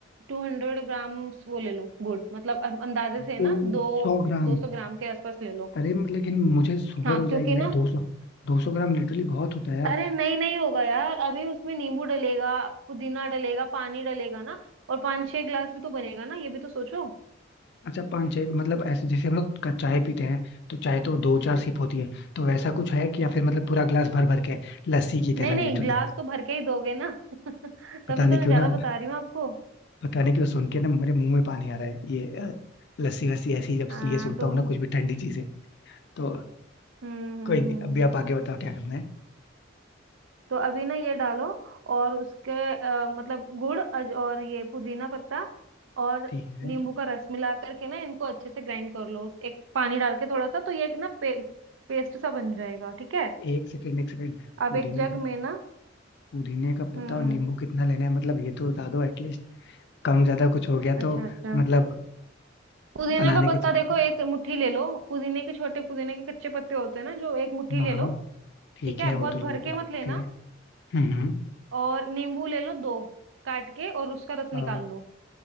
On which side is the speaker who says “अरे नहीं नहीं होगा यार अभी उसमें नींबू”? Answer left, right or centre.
Right